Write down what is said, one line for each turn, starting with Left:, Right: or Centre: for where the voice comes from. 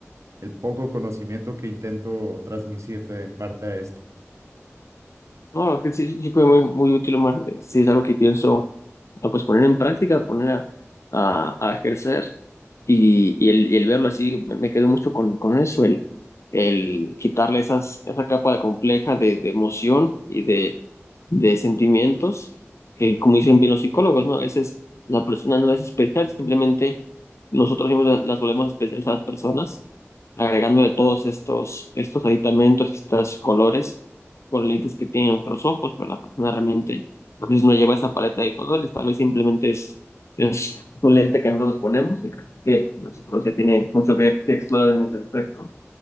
Right: el poco conocimiento que intento transmitirte en parte a esto.
Left: No, es que sí, sí sí fue muy, muy útil, Omar. Eh, Sí es algo que pienso ah, pues poner en práctica, poner a, a, a ejercer y, y, el, y el verlo así, me, me quedo mucho con, con eso, el, el quitarle esas, esa capa de compleja de, de emoción y de, de sentimientos, que como dicen bien los psicólogos, ¿no? Esa es, la persona no es especial, simplemente nosotros mismos la- las volvemos especiales a las personas, agregándole todos estos, estos aditamentos, estos colores con lentes que tienen nuestros ojos, pero la persona realmente a veces no lleva esa paleta de colores, tal vez simplemente es, es un lente que nosotros ponemos y creo que la psicología tiene mucho que, que explorar en ese aspecto